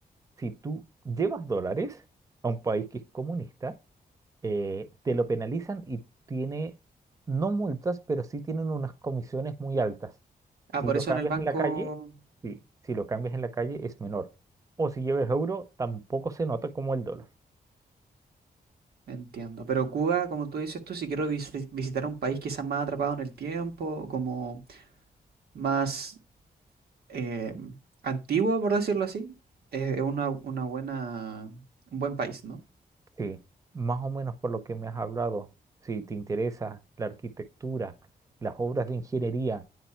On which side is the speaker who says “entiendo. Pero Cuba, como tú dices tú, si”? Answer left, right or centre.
Right